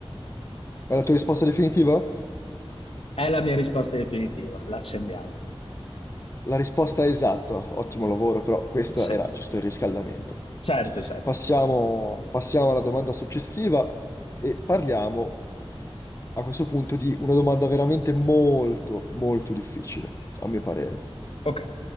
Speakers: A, on the left; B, on the left.
A: È la tua risposta definitiva?
B: È la mia risposta definitiva, l'accendiamo.
A: La risposta è esatta, ottimo lavoro, però questo
B: Sì,
A: era giusto il riscaldamento.
B: certo, certo.
A: Passiamo, passiamo alla domanda successiva e parliamo a questo punto di una domanda veramente molto, molto difficile, a mio parere.
B: Ok,